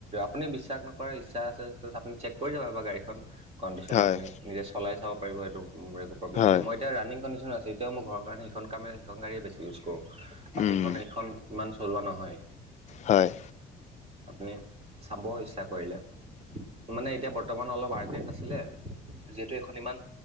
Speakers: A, on the right (about 35°); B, on the left (about 45°).
A: কোনেও বিশ্বাস নকৰে ইচচা আছে আপু চেক কৰি যাব বাাৰ গাড়ীখন কণ্ডিশচ্যন
B: হয়
A: আপুনি নিজে চলাই চাব পাৰিব সেইটো মোৰ একো প্ৰব্লেমাই
B: হয়
A: এতিয়া ৰাণিং কণ্ডিচন ত আছো, এতিয়াও মোৰ ঘৰৰ কাৰণে সেইখন গাড়ীয়ে বেছি ইউজ কৰোঁ বাকী
B: উম
A: এইখন এইখন ইমান চলোৱা নহয়।
B: হয়।
A: আপুনি চাব ইচ্ছা কৰিলে। মানে এতিয়া বৰ্তমান অলপ আৰ্জেন্ট আছিলে যিহেতু এইখন ইমান